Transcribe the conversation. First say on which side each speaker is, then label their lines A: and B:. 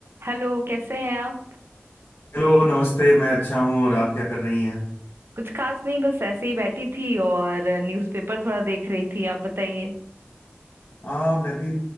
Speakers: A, on the right (about 60°); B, on the left (about 85°).
A: Hello कैसे हैं आप
B: Hello नमस्ते मैं अच्छा हूँ और आप क्या कर रही हैं
A: कुछ खास नहीं बस ऐसे ही बैठी थी और न्यूज़पेपर थोड़ा देख रही थी आप बताइए
B: हाँ मैं भी